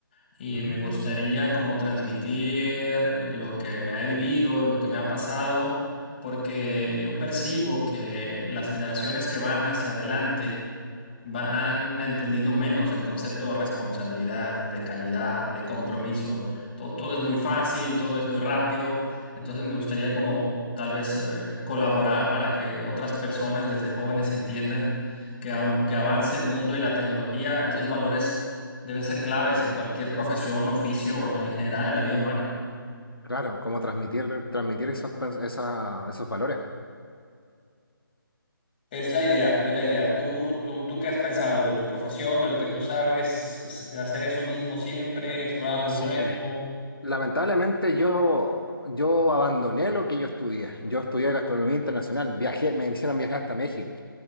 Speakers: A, on the left; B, on the left.
A: y
B: Mm,
A: me gustaría como transmitir eh, lo que me ha vivido, lo que me ha pasado, porque yo percibo que las generaciones que van hacia adelante, van entendiendo menos el concepto de responsabilidad, de calidad, de compromiso. Todo, todo es muy fácil, todo es muy rápido. Entonces me gustaría como tal vez eh, colaborar para que otras personas desde jóvenes entiendan que aunque avance el mundo y la tecnología, esos valores deben ser claves en cualquier profesión, oficio, en general en la vida humana.
B: claro, cómo transmitir, transmitir esos, pens- esa- esos valores.
A: Es la idea, es la idea. ¿Tú, tú, tú qué has pensado de tu profesión, de lo que tú sabes, s- hacer eso mismo siempre, explorar algo
B: Sí,
A: nuevo?
B: lamentablemente yo, yo abandoné lo que yo estudié. Yo estudié gastronomía internacional, viajé, me hicieron viajar hasta México.